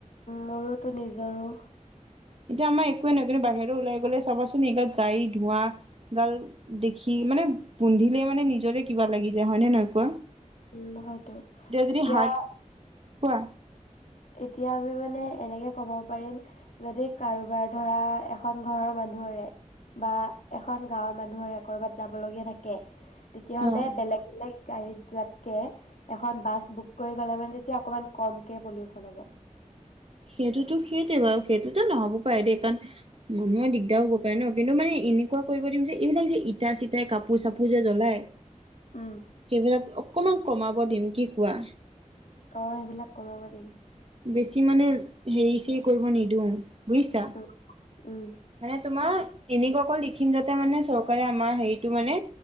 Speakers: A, on the left (about 75°); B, on the right (about 50°).
A: মোৰোতো নিজৰো
B: এতিয়া আমাৰ একোৱে নহয় কিন্তু বাহিৰ ওলাই গ'লে চাবাচোন এইগাল গাড়ী ধোঁৱা গাল দেখি মানে গোন্ধিলে মানে নিজৰে কিবা লাগি যায় হয় নহয় কোৱা
A: উম হয়তো
B: যদি
A: এতিয়া
B: হাৰ্ট কোৱা
A: এতিয়া আমি মানে এনেকে ক'ব পাৰিম যদি কাৰোবাৰ ধৰা এখন ঘৰৰ মানুহৰে বা এখন গাঁৱৰ মানুহৰে ক'বাত যাবলগীয়া থাকে তেতিয়াহ'লে
B: অ
A: বেলেগ বেলেগ গাড়ীত যোৱাতে এখন বাছ বুক কৰি গলে অকমান কম কে পলিউ শুদ্ধ অংক
B: সেইটোতো সেইটোৱে বাৰু সেইটোতো নহব পাৰে দেই কাৰণ মানুহৰ দিগদাৰ হব পাৰে ন কিন্তু মানে এনেকুৱা কৰিব দিম যে এইবিলাক যে ইটা চিটাই কাপোৰ চাপোৰ যে জ্বলাই
A: উম,
B: সেইবিলাক অকণমান কমাব দিম কি কোৱা
A: অ সেইবিলাক কমাব দিম
B: বেছি মানে হেৰি চেৰি কৰিব নিদিওঁ বুজিছা
A: উম, উম,
B: মানে তোমাৰ এনেকুৱা অকল সেইখিনি মানে চৰকাৰে আমাৰ হেৰিটো মানে